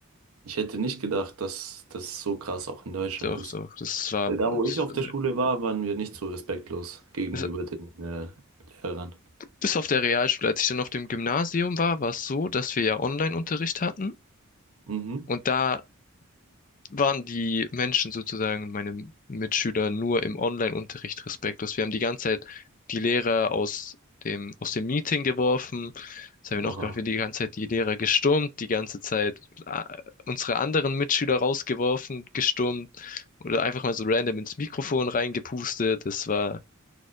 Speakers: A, on the right (about 90°); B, on the left (about 40°).
A: Ich hätte nicht gedacht, dass das so krass auch in Deutschland
B: Doch,
A: ist.
B: doch, das war,
A: Weil da,
B: das
A: wo ich auf
B: war
A: der
B: sehr-
A: Schule war, waren wir nicht so respektlos gegenüber
B: das,
A: den äh, Lehrern.
B: bis auf der Realschule. Als ich dann auf dem Gymnasium war, war es so, dass wir ja Online-Unterricht hatten.
A: Mhm.
B: Und da waren die Menschen sozusagen, meine Mitschüler, nur im Online-Unterricht respektlos. Wir haben die ganze Zeit die Lehrer aus dem, aus dem Meeting geworfen. Was haben wir noch
A: Aha,
B: gemacht? Wir haben die ganze Zeit die Lehrer gestürmt, die ganze Zeit äh, unsere anderen Mitschüler rausgeworfen, gestürmt oder einfach mal so random ins Mikrofon reingepustet. Es war